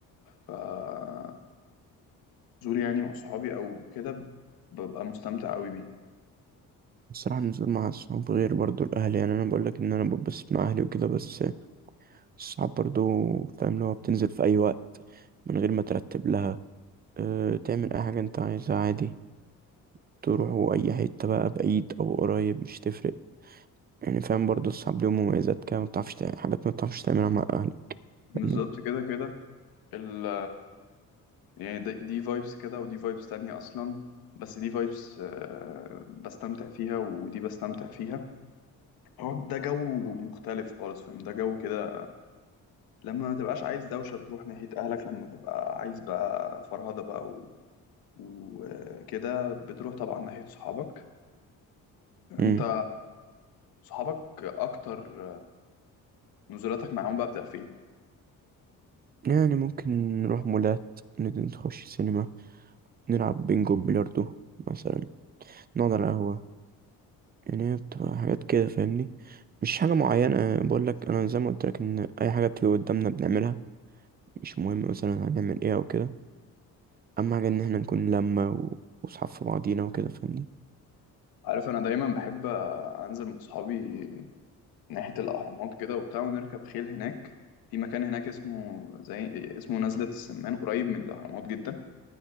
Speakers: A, on the left; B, on the right.
A: فالنزول يعني مع صحابي أو كده ببقى مستمتع أوي بيه
B: الصراحة النزول مع الصحاب غير برضو الأهل يعني أنا بقولك إن أنا ببسط مع أهلي وكده بس الصعب برضو فاهم اللي هو بتنزل في أي وقت من غير ما ترتب لها أه تعمل أي حاجة أنت عايزها عادي تروحوا أي حتة بقى بعيد أو قريب مش تفرق يعني فاهم برضو الصعب ليهم مميزات كده مبتعرفش تعمل حاجات مبتعرفش تعملها مع أهلك
A: بالظبط
B: فاهمني
A: كده كده ال يعني د- دي فايبس كده ودي فايبس تانية أصلا بس دي فايبس بستمتع فيها ودي بستمتع فيها هو ده جو مختلف خالص فاهم ده جو كده لما ما تبقاش عايز دوشة بتروح ناحية أهلك لما تبقى عايز بقى فرهدة بقى وكده بتروح طبعا ناحية صحابك انت
B: مم.
A: صحابك اكتر نزولاتك معاهم بقى بتبقى فين
B: يعني ممكن نروح مولات ند- نخش سينما نلعب بينجو بلياردو مثلا نقعد على قهوة يعني هي بتبقى حاجات كده فاهمني مش حاجة معينة بقول لك أنا زي ما قلت لك إن أي حاجة بتيجي قدامنا بنعملها مش مهم مثلا هنعمل ايه او كده اهم حاجه ان احنا نكون لمه و- واصحاب في بعضينا وكده فاهمني
A: عارف انا دايما بحب انزل مع صحابي ناحية الاهرامات كده وبتاع ونركب خيل هناك في مكان هناك اسمه زي اسمه نزلة السمان قريب من الاهرامات جدا